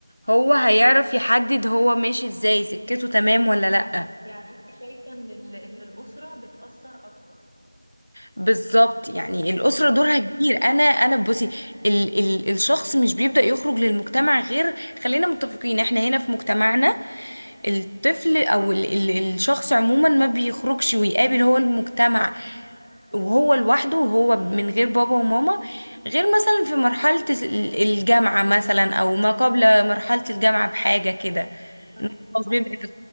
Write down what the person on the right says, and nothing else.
يعني انت شايفه ان ال- ان الاسره بتاثر اكتر
تمام
تمام
اه